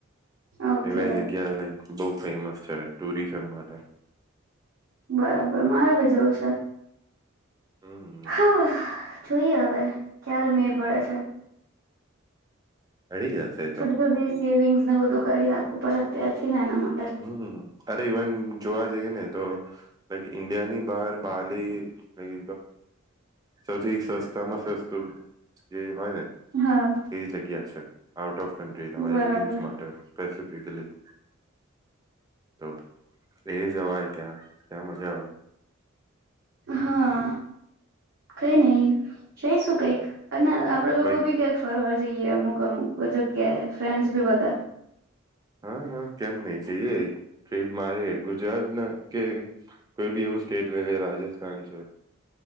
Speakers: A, on the right; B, on the right.
A: ઓકે
B: એવે જગ્યા આવે લ બહુ ફેમસ છે ટુરિઝમ માટે
A: બરાબર મારે ભી જેવું છે
B: હમ હમ
A: હા જોઈએ હવે ક્યારે મેર પડે છે.
B: મળી જશે એ તો
A: છોટી થોટી સેવિંગ્સ ને બધું કરી રાખવું પડે અ્યારથી ને એનામાં
B: હમ ઇવન જોવા જઈએ ને તો ઈન્ડિયા ની બહાર બાહન સૌથી સસ્તામાં સસ્તું જે હોય ને
A: હા
B: એ જગ્યા છે આવ ઓફ કન્ટ્રી તમારી
A: બરાબર
B: ઇન્ડિયસ માટે સ્પેસિફિક શક તો એ જવાય ત્યાં ત્યાં મજા આવે
A: હા કઈ નઈ જઈ શું? કઈક અને આપડે લોકો
B: બાઈક
A: ભી ક્યાંક ફરવાડ જઈએ અમુક અમુક ભજબ ગયા ફ્રેન્ડ ભી બધા
B: હા હા કેમ નઈ જઈએ ટપ મારે ગુજરાત ના કે કોઈ બી એવું સ્ટેટ લ રાજસ્થાન છે